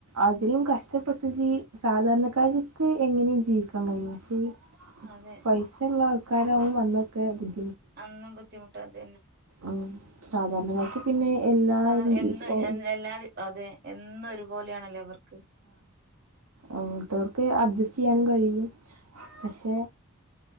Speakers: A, on the right; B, on the right.
A: അതിലും കഷ്ടപ്പെട്ടത് ഈ സാധാരണക്കാർക്ക് എങ്ങനെയും ജീവിക്കാൻ കഴിയും പക്ഷേ ഈ
B: അതെ
A: പൈസള്ള ആൾ ക്കാരാവും അന്നൊക്കെ ബുദ്ധി
B: അന്നും ബുദ്ധിമുട്ട് അതന്നെ
A: ഉം. സാധാരണക്കാർക്ക് പിന്നെ എല്ലാ
B: സാധ
A: രീ
B: എന്ന്
A: ഏ-
B: എന്നും എല്ലാ അതെ എന്നൊരു പോലെയാണല്ലേ ഇവർക്ക്
A: അങ്ങൻത്തവർക്ക് അഡ്ജസ്റ്റ് ചെയ്യാനും കഴിയും പക്ഷെ